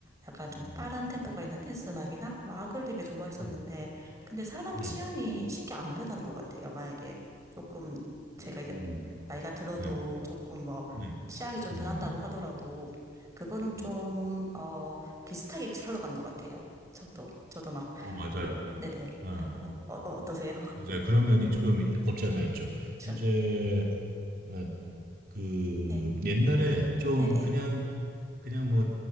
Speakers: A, on the right; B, on the right.
A: 약간
B: 음.
A: 좀 빠른 템포가 있는 댄스 음악이나 락을 되게 좋아했었는데
B: 음,
A: 근데 사람
B: 네.
A: 취향이 쉽게 안 변하는 것 같아요. 만약에 조금 제가
B: 오,
A: 이제 나이가 들어도
B: 네,
A: 조금 뭐
B: 네.
A: 취향이 좀
B: 음,
A: 변한다고 하더라도 그거는
B: 음.
A: 좀, 어, 비슷하게 흘러가는 것 같아요. 저도, 저도 막,
B: 어, 맞아요.
A: 네네.
B: 아,
A: 어, 어, 어떠세요? <laughs>
B: 맞아요. 그런 면이 좀 이- 없지 않아 있죠.
A: 그
B: 이제, 어, 그,
A: 네.
B: 옛날에 좀
A: 네네.
B: 그냥, 그냥 뭐,